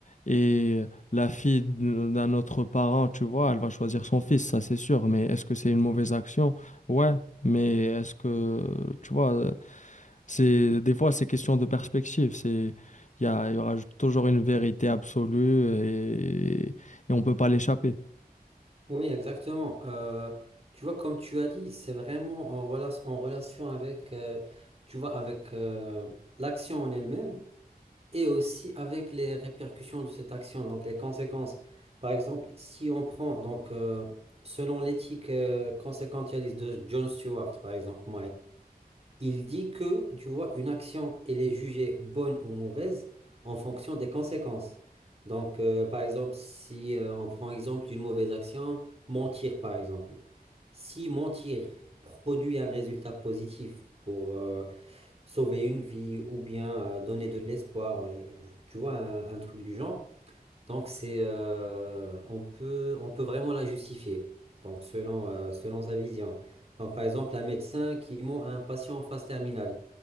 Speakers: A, on the left (about 50°); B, on the right (about 40°).
A: et la fille d'un d'un autre parent, tu vois, elle va choisir son fils, ça c'est sûr. Mais est-ce que c'est une mauvaise action? Ouais, mais est-ce que, tu vois, c'est des fois c'est question de perspective. C'est il y a- il y aura toujours une vérité absolue et, et on peut pas l'échapper.
B: Oui, exactement. Euh, tu vois, comme tu as dit, c'est vraiment en, rela- en relation avec, euh, tu vois, avec euh, l'action en elle-même et aussi avec les répercussions de cette action, donc les conséquences. Par exemple, si on prend, donc, euh, selon l'éthique euh, conséquentialiste de John Stewart, par exemple, il dit que, tu vois, une action, elle est jugée bonne ou mauvaise en fonction des conséquences. Donc, euh, par exemple, si euh, on prend exemple d'une mauvaise action, mentir, par exemple. Si mentir produit un résultat positif pour euh, sauver une vie ou bien euh, donner de l'espoir, euh, tu vois, un, un truc du genre, donc c'est, euh, on peut, on peut vraiment la justifier, donc selon, euh, selon sa vision. Donc, par exemple, un médecin qui ment à un patient en phase terminale